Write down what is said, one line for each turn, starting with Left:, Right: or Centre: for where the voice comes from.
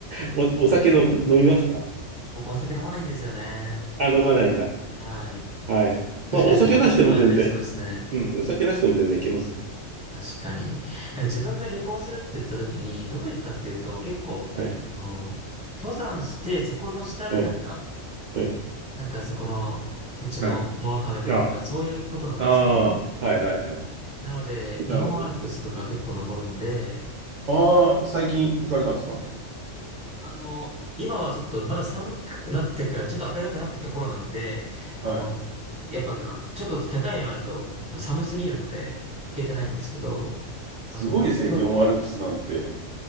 Right: お、お酒の飲みますか
Centre: 僕お酒飲まないんですよね。
Right: あ、飲まないんだ。
Centre: はい。
Right: はい。
Centre: 確かにでもお酒と合いそうですね。
Right: まあ、お酒なしでも全然。うん、お酒なしでも全然いけますよ。
Centre: 確かに。なんか自分が旅行するって言った時に、どこ行くかっていうと、結構、
Right: はい。
Centre: あの、登山して、そこの下でなんか、
Right: はい。はい。
Centre: なんかそこの土地のものを食べたりとか、
Right: はい。あ、
Centre: そういうことなんですけど、
Right: ああ、はいはいはい。
Centre: なので、日本アルプスとか結構登るんで、
Right: なるほど。ああ、最近行かれたんですか
Centre: あの、今はちょっとまだ寒くなってから、ちょっと暖かくなってきた頃なんで、あの、
Right: はい。
Centre: やっぱふ、ちょっと高い山だとあの寒すぎるので、行けてないんですけど、あの、
Right: すごいですね、
Centre: 今日、
Right: 日本アルプスなんて。